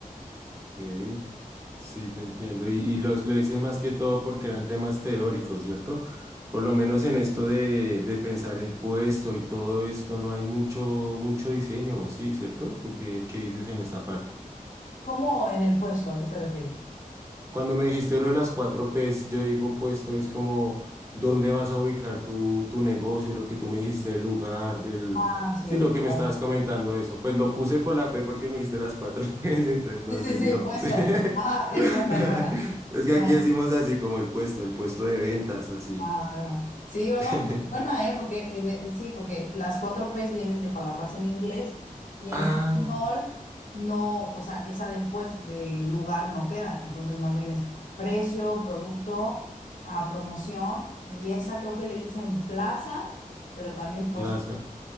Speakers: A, on the right; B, on the left.
A: ok. Sí, te entiendo. Y, y los, lo dices más que todo porque eran temas teóricos, ¿cierto? Por lo menos en esto de, de pensar el puesto y todo esto, no hay mucho, mucho diseño, sí, ¿cierto? ¿Tú qué, qué dices en esa parte?
B: ¿Cómo en el puesto? ¿A qué te refieres?
A: Cuando me dijiste lo de las cuatro P's, yo digo, pues todo es como, ¿dónde vas a ubicar tu, tu negocio? Lo que tú me dijiste del lugar, del...
B: Ah, sí,
A: Sí,
B: el
A: lo
B: lugar.
A: que me estabas comentando eso. Pues lo puse por la P porque me dijiste las cuatro P's, <laughs> entonces no
B: Sí, sí,
A: sé
B: sí,
A: si lo
B: puesto.
A: puse.
B: Ah,
A: <laughs>
B: es buena, es buena.
A: Es que aquí
B: Ah,
A: decimos así como el puesto, el puesto de ventas, así.
B: ah, ah. Sí, o
A: <laughs>
B: no, buena, ¿eh? Porque en- eh, sí, porque las cuatro P's vienen de palabras en inglés y en
A: Ah,
B: español no, o sea, esa después de lugar no queda. Entonces, más bien es precio, producto, a promoción y esa creo que le dicen plaza, pero también puesto.
A: plaza.